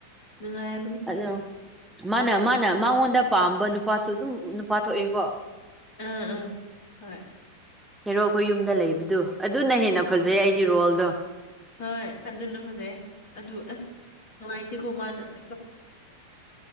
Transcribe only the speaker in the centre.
ꯑꯗꯣ ꯃꯥꯅ ꯃꯥꯅ ꯃꯉꯣꯟꯗ ꯄꯥꯝꯕ ꯅꯨꯄꯥꯁꯨ ꯑꯗꯨꯝ ꯅꯨꯄꯥ ꯊꯣꯛꯑꯦꯀꯣ
ꯍꯦꯔꯣ ꯈꯣꯏ ꯌꯨꯝꯗ ꯂꯩꯕꯗꯨ ꯑꯗꯨꯅ ꯍꯦꯟꯅ ꯐꯖꯩ ꯑꯩꯗꯤ ꯔꯣꯜꯗꯣ